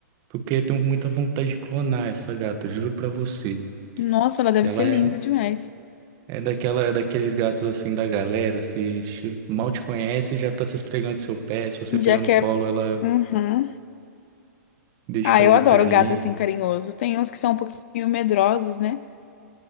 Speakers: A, on the right; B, on the left.
A: Porque eu tenho muita vontade de clonar essa gata, juro pra você.
B: Nossa, ela deve
A: Ela
B: ser linda
A: é.
B: demais.
A: É daquela, daqueles gatos assim da galera, se ch- mal te conhece, já tá se esfregando no seu pé, se você
B: Já
A: pegar no
B: que
A: colo,
B: é.
A: ela
B: Uhum.
A: deixa
B: Ah,
A: fazer
B: eu adoro
A: carinho.
B: gato assim carinhoso. Tem uns que são um pouquinho medrosos, né?